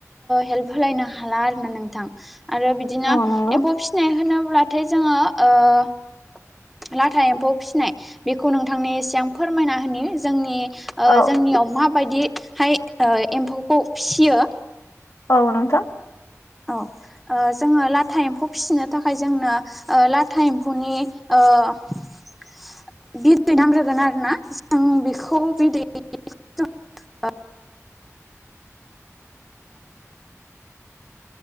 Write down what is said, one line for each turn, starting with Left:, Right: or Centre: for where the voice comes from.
Centre: हेल्प होलायनो हाला आरोना नोंथां आरो बिदिनो
Left: औ नंगौ
Centre: एम्फौ फिसिनाय होनोब्लाथाय जोङो ओ लाथा एम्फौ फिसिनाय बेखौ नोंथांनो एसे आं फोरमायना होनि जोंनि
Left: औ
Centre: ओ जोंनियाव माबायदिहाय एम्फौखौ फिसियो
Left: औ नोंथां
Centre: औ ओ जोङो लाथा एम्फौ फिसिनो थाखाय जोंनो लाथा एम्फौनि ओ ओ बिदै नांग्रोगोन आरोना जों बेखौ बिदै